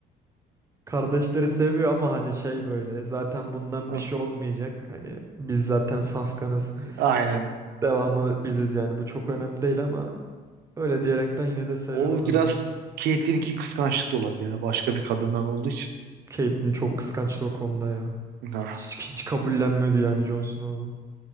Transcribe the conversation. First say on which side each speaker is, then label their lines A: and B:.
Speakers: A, on the right; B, on the right.
A: Kardeşleri seviyor ama hani şey böyle zaten bundan
B: Ah,
A: bir şey olmayacak. Hani biz zaten safkanız.
B: Aynen.
A: Devamı biziz yani bu çok önemli değil ama öyle diyerekten yine de seviyorlardı.
B: O biraz Caitlyn'inki kıskançlık da olabilir. Yani başka bir kadından olduğu için.
A: Catelyn çok
B: <laughs>
A: kıskançtı o konuda ya.
B: Ah.
A: Hiç, hiç kabullenmiyordu yani Jon Snow'u.